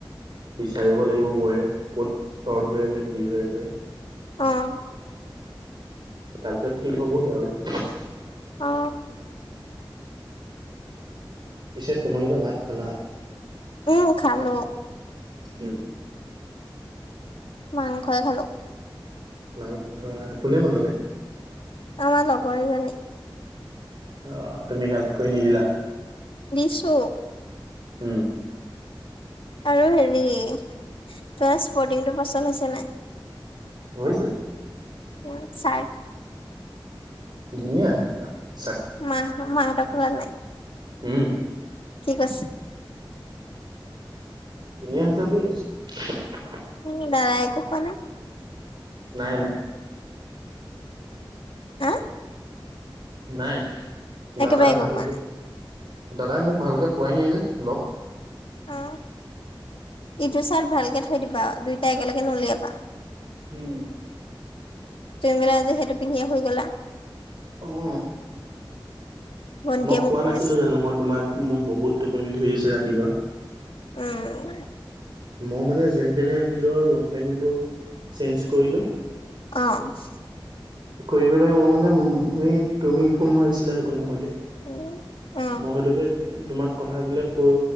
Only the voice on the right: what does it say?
বিচাৰিব লাগিব ৱেৰ ক'ত শৰ্ট হৈ আছে কি হৈ আছে
তাৰপিছত ঠিক হ'বগে আৰু
পিছে তোমালোকে ভাত খালা
উম
মাং কোনে বনালে
অ তুমি হেল্প কৰি নিদিলা
হম
হৈছেতটো
ধুনীয়া সে
হম
ই হিচ লৈছে <unintelligible>
নাই নাই
নাই দাদা
ভালকে
দাদাই মোক ভালকে পোৱাই নাই যে লগ
হম
উম
মই কোৱা
নাছিলো
জানো মই তোমাক মোৰ বহুত টোপনি ধৰি আছো ৰাতিপুৱা
মই মানে যেনে তেনে আহিলো আৰু লং পেন্ট চেঞ্জ কৰিলো
কৰিব পেলাই তুমি মানে এই তুমি ফোন মাৰিছিলা সকল সময়তে
মই হয়তোকে তোমাক কথা বিলাক কৈ